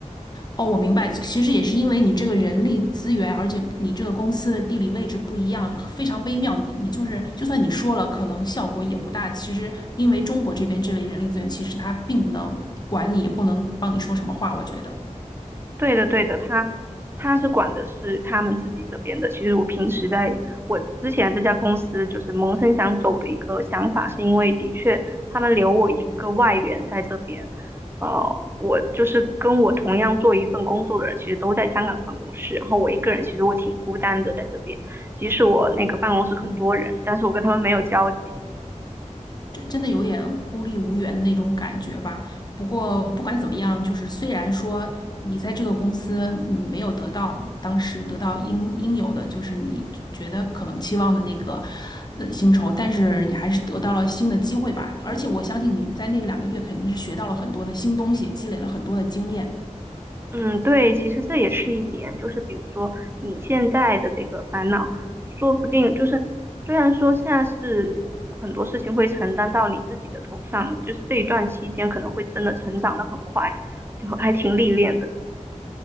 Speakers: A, on the left (about 35°); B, on the right (about 20°).
A: 哦，我明白，其实也是因为你这个人力资源，而且你这个公司的地理位置不一样，非常微妙。你你就是，就算你说了，可能效果也不大。其实因为中国这边这位人力资源，其实他并不能管你，也不能帮你说什么话，我觉得。
B: 对的，对的，他他是管的是他们自己这边的。其实我平时在我之前这家公司，就是萌生想走的一个想法，是因为的确他们留我一个外援在这边，呃，我就是跟我同样做一份工作的人，其实都在香港办公室，然后我一个人其实我挺孤单的在这边。即使我那个办公室很多人，
A: 嗯，
B: 但是我跟他们没有交集。
A: 这真的有点孤立无援的那种感觉吧。不过不管怎么样，就是虽然说你在这个公司嗯没有得到当时得到应应有的，就是你觉得可能期望的那个呃薪酬，但是你还是得到了新的机会吧。而且我相信你在那两个月肯定是学到了很多的新东西，积累了很多的经验。
B: 嗯，对，其实这也是一点，就是比如说你现在的这个烦恼，说不定就是虽然说现在是很多事情会承担到你自己的头上，就是这一段期间可能会真的成长的很快，就还挺历练的。